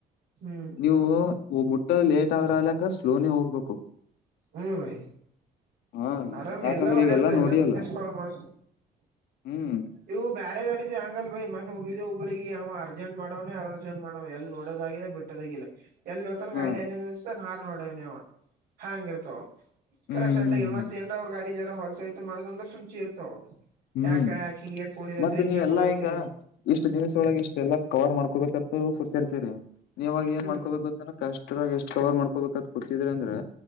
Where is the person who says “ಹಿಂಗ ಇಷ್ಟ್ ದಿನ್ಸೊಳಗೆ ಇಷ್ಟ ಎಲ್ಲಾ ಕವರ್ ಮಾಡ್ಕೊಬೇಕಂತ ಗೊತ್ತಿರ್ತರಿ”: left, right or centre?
Left